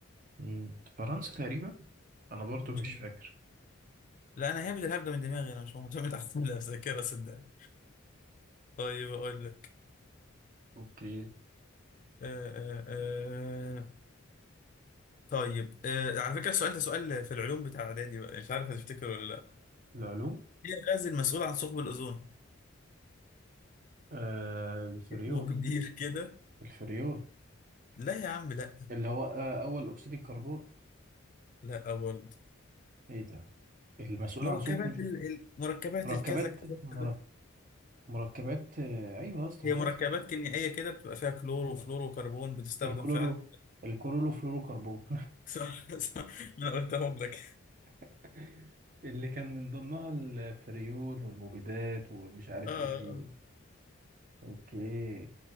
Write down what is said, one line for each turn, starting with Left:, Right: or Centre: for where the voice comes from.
Right: م، فرنسا تقريبا أنا برضو
Left: مش
Right: مش
Left: عارف.
Right: فاكر
Left: لا أنا هابد الهبدة من دماغي أنا مش معتمد على الذاكرة صدقني طيب أقول لك
Right: اوكي
Left: أه أه أه طيب أه على فكرة السؤال ده سؤال في العلوم بتاع إعدادي بقى مش عارف هتفتكر ولا لأ
Right: العلوم
Left: إيه الغاز المسؤول عن ثقب الأوزون؟
Right: آه الفريون
Left: اسمه كبير كده
Right: الفريون
Left: لا يا عم لا
Right: اللي هو آه أول أكسيد الكربون
Left: لا برضه
Right: إيه ده المسؤول
Left: مركبات
Right: عن ثقب
Left: ال... ال- مركبات
Right: مركبات
Left: الكذا كذا
Right: مرك-
Left: كذا
Right: مركبات آه، ايوه يا اسطى
Left: هي
Right: عارفها
Left: مركبات كيميائية كده بتبقى فيها كلور وفلور وكربون بتستخدم
Right: الكلورو
Left: فعلا
Right: الكلورو فلورو كربون
Left: <laughs> صح صح انا قلتهم لك
Right: <laughs> اللي كان من ضمنها الفريول والمبيدات ومش عارف
Left: اه
Right: ايه
Left: آه.
Right: اوكي